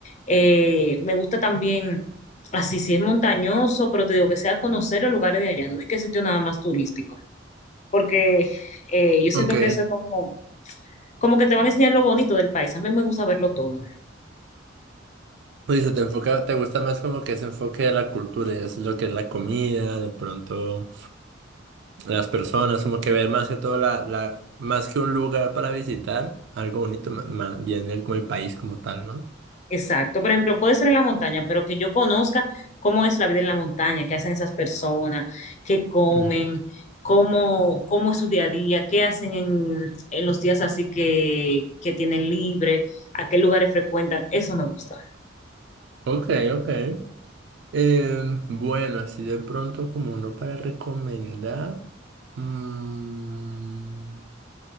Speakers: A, on the left; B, on the right.
A: Eh, me gusta también, así si es montañoso, pero te digo que sea conocer los lugares de allá, no de que sitio nada más turístico. Porque eh, yo siento
B: Ok,
A: que eso es como, como que te van a enseñar lo bonito del país. A mí me gusta verlo todo.
B: pues se te enfoca, te gusta más como que ese enfoque de la cultura y eso es lo que es la comida, de pronto. Las personas, como que ver más que todo la, la, más que un lugar para visitar, algo bonito, ma- más bien el, como el país como tal, ¿no?
A: Exacto, por ejemplo, puede ser en la montaña, pero que yo conozca cómo es la vida en la montaña, qué hacen esas personas, qué comen,
B: Mm.
A: cómo, cómo es su día a día, qué hacen en, en los días así que, que tienen libre, a qué lugares frecuentan, eso me gusta.
B: Ok, ok. Eh, bueno, así de pronto como uno para recomendar. mm,